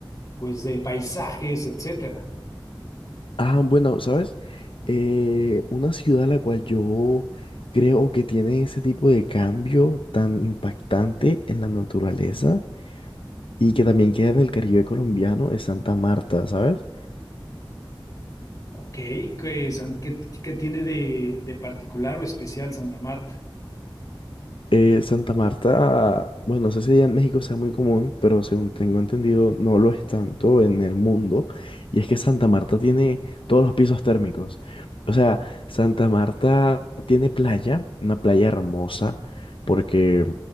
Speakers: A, on the left; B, on the left.
A: pues, de paisajes, etcétera.
B: Ah, bueno, ¿sabes? Eh, una ciudad a la cual yo creo que tiene ese tipo de cambio tan impactante en la naturaleza y que también queda en el Caribe colombiano es Santa Marta, ¿sabes?
A: Ok, ¿qué, San- qué- qué tiene de, de particular o especial Santa Marta?
B: Eh, Santa Marta, bueno, no sé si allá en México sea muy común, pero según tengo entendido, no lo es tanto en el mundo. Y es que Santa Marta tiene todos los pisos térmicos. O sea, Santa Marta tiene playa, una playa hermosa, porque,